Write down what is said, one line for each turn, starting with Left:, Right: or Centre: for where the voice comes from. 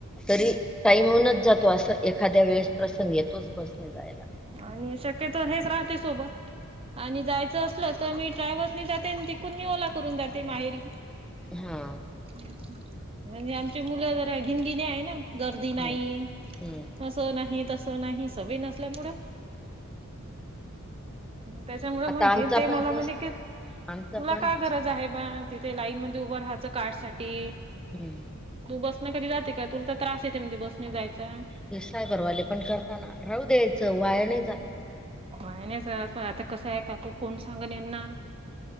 Centre: तरी टाईम येऊनच जातो असं. एखाद्या वेळेस प्रसंग येतोच बसने जायला.
Right: आणि शक्यतो हेच राहते सोबत. आणि जायचं असलं तर मी ट्रॅव्हल्सनी जाते. आणि तिकून मी ओला करून जाते माहेरी.
Centre: हा.
Right: हम्म हम्म. म्हणजे आमचे मुलं जरा गिनगिणी आहे ना. गर्दी
Centre: हं
Right: नाही.
Centre: हं
Right: फस् त नाही. तसं नाही. सवय नसल्यामुळं. त्याच्यामुळे
Centre: आता
Right: मग
Centre: आमचा
Right: हे ते मला
Centre: पण बस
Right: म्हणे की,
Centre: आमचा
Right: तुला
Centre: पण
Right: काय
Centre: बस
Right: गरज आहे बा. तिथे लाईन मध्ये उभं राहाचं कार्डसाठी
Centre: हुं..
Right: तू बसने कधी जाते का? तूर तर त्रास येते म्हणे बसने जायचा.
Centre: ते सायबरवाले पण करताना राहू द्यायचं वाया नाई जात ना,
Right: वाया नाही जात पण आता कसं आहे काकू कोण सांगन यांना